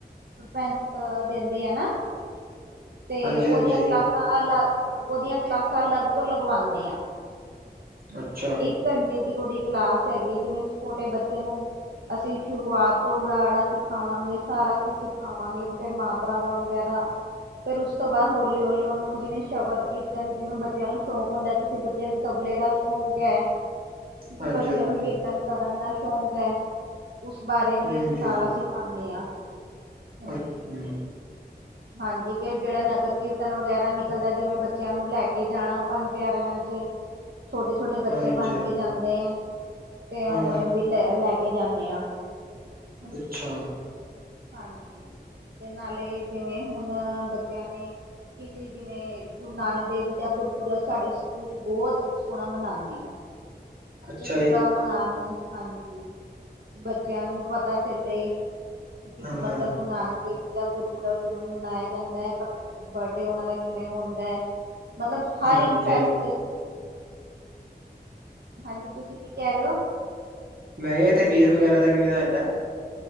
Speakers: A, on the right; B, on the right.
A: ਪ੍ਫੈੰਸ ਦਿੰਦੇ ਆ ਨਾ। ਤੇ,
B: ਹਾਂਜੀ
A: ਉਹਦੀਆਂ
B: ਹਾਂਜੀ
A: ਕਲਾਸਾਂ ਅਲੱਗ, ਉਹਦੀਆਂ ਕਲਾਸਾਂ ਅਲੱਗ ਤੋਂ ਲਗਵਾਉਂਦੇ ਆ।
B: ਅੱਛਾ,
A: ਇੱਕ ਘੰਟੇ ਦੀ, ਉਹਦੀ ਕਲਾਸ ਹੈਗੀ ਹੈ, ਜਿਵੇਂ ਛੋਟੇ ਬੱਚੇ ਨੂੰ ਅਸੀਂ, ਸ਼ੁਰੂਆਤ ਤੋਂ ਉੜਾ, ਆੜਾ ਸਿਖਾਵਾਂਗੇ ਸਾਰਾ ਕੁਝ ਸਿਖਾਵਾਂਗੇ, ਫਿਰ ਮਾ ਤਰਾਵਾਂ, ਵਗੈਰਾ ਫਿਰ, ਉਸ ਤੋਂ ਬਾਅਦ ਹੌਲੀ- ਹੌਲੀ, ਉਹਨੂੰ ਜਿਵੇਂ ਸ਼ਬਦ- ਕੀਰਤਨ ਜਿਵੇਂ ਬੱਚਿਆਂ ਨੂੰ ਸ਼ੌਂਕ ਹੁੰਦਾ, ਕਿਸੇ ਬੱਚਿਆਂ ਨੂੰ ਤਬਲੇ ਦਾ ਸ਼ੌਕ ਹੈ, ਕਿਸੇ
B: ਹਾਂਜੀ
A: ਬੱਚੇ
B: ਹਾਂਜੀ
A: ਨੂੰ ਕੀਰਤਨ ਕਰਨ ਦਾ ਸ਼ੌਕ ਹੈ। ਉਸ ਬਾਰੇ ਵੀ,
B: ਹਾਂਜੀ
A: ਅਸੀਂ ਸਾਰਾ ਸਿਖਾਉਂਦੇ ਹਾਂ।
B: ਅੱਛਾ।
A: ਹਾਂਜੀ, ਫੇਰ ਜਿਹੜਾ, ਨਗਰ ਕੀਰਤਨ ਵਗੈਰਾ ਨਿਕਲਦਾ ਜਿਵੇਂ ਬੱਚਿਆਂ ਨੂੰ, ਲੈ ਕੇ ਜਾਣਾ ਪੰਜ ਪਿਆਰਿਆਂ ਚ <unintelligible> ਛੋਟੇ -ਛੋਟੇ ਬੱਚੇ
B: ਹਾਂਜੀ
A: ਬਣ ਕੇ ਜਾਂਦੇ ਹੈ, ਤੇ ਉਵੇਂ
B: ਹਾਂ
A: ਵੀ ਲੈ -ਲੈ ਕੇ ਜਾਂਦੇ ਆ।
B: ਅੱਛਾ,
A: ਹਾਂਜੀ, ਤੇ ਨਾਲੇ ਜਿਵੇਂ ਹੁਣ ਬੱਚਿਆਂ ਨੇ। ਕਿਸੀਂ ਜਿਵੇਂ, ਗੁਰੂ ਨਾਨਕ ਦੇਵ ਜੀ ਦਾ, ਗੁਰਪੁਰਬ ਸਾਡੇ ਸਕੂਲ ਚ ਬਹੁਤ ਸੋਹਣਾ ਮਨਾਉਂਦੇ ਹਾਂ। <unintelligible>
B: ਅੱਛਾ
A: ਪੂਰਾ
B: ਜੀ
A: ਮਨਾਉਂਦੇ ਹਾਂ, ਹਾਂਜੀ, ਬੱਚਿਆਂ ਨੂੰ ਪਤਾ ਚੱਲੇ ਕਿ
B: ਹਾਂ,
A: ਮਤਲਬ, ਗੁਰੂ ਨਾਨਕ ਦੇਵ ਜੀ ਦਾ ਗੁਰਪੁਰਬ ਕਿਵੇਂ ਮਨਾਇਆ ਜਾਂਦਾ ਹੈ, ਪਰ ਬਰਡੇ ਉਹਨਾਂ ਦਾ ਕਿਵੇਂ ਹੁੰਦਾ ਹੈ। ਮਤਲਬ ਹਰ
B: ਹਾਂਜੀ
A: ਇੱਕ ਫੈਸ,
B: ਹਾਂਜੀ।
A: ਹਾਂਜੀ, ਤੁਸੀਂ ਕੀ ਕਹਿ ਰਹੇ ਹੋ?
B: ਮੈਂ ਕਿਹਾ, ਇੱਥੇ ਫੀਸ ਵਗੈਰਾ, ਦਾ ਕਿਵੇਂ ਹੈ ਤੁਹਾਡਾ?